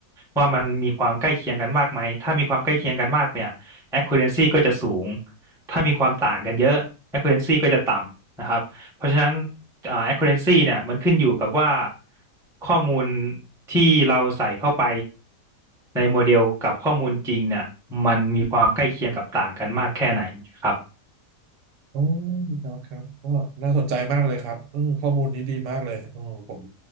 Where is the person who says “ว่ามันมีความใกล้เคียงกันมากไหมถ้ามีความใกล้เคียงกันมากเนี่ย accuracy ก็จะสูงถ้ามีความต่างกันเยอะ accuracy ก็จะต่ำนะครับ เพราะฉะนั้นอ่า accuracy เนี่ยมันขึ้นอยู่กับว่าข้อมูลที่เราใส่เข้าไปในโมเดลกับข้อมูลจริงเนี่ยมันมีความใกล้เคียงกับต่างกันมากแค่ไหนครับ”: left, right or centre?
Centre